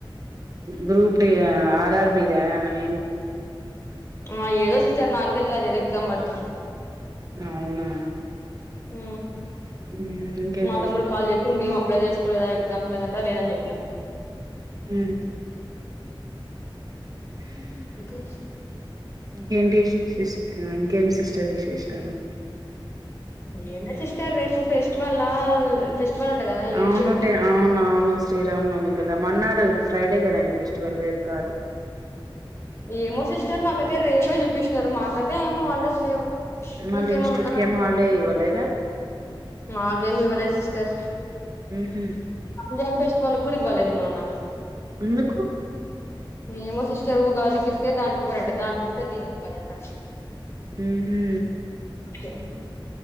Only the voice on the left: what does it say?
ఆ ఏదో సిస్టర్ నాగదల్ అదేదో ఎక్సామ్ అకుంట
ఉ
మా
తమ్ముడు కాల్ చేసి నువే అప్లై చేసుకోలేదా ఎగ్జామ్స్ లేదంటా లేదని చెప్పిన
ఓక
ఏ సిస్టర్ రేపు ఫెస్టివల్ ఫెస్టివల్ అంట కదా ఏడికేసినారు
ఏమో సిస్టర్ మాకైతే రేపే చూపిస్తుినారు మాకైతే ఏం హాలిడేస్ లేవు
మీకేమన్నా
ఉందా
నాకేమి ఇ్వలే సిస్ త
జన్ ఫెస్టివల్ కూడా ఇవ్వలేదు మొన్న
ఏమో సిస్టర్ ఉగాదికి ఇస్తే దానికి ఇవ్వరాంటా దానికి ఇస్తే దీనికివరంట
ఓకే